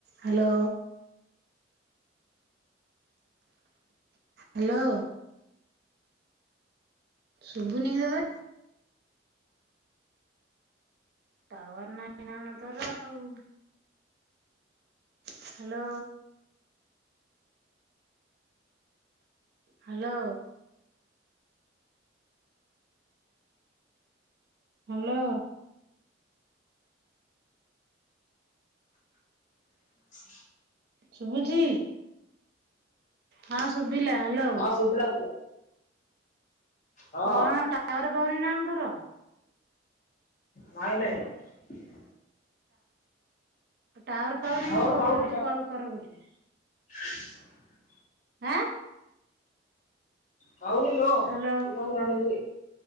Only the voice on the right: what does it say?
ହାଲୋ। ହାଲୋ। ଶୁଭୁନି ତତେ? ଟାୱାର ନାଇଁ ନା କଣ ତୋର ଆଉ? ହାଲୋ। ହାଲୋ। ହାଲୋ।
ଶୁଭୁଛି ହଁ ଶୁଭିଲା ହ୍ୟାଲୋ
କଣ ଟାୱାର ପାଉନି ନା କଣ ତୋର?
ଟାୱାର ପାଉନି
କେମିତି
କହି ଦୋଉଛୁ କଲ କରିବାକୁ।
ଆଁ?
ହ୍ୟାଲୋ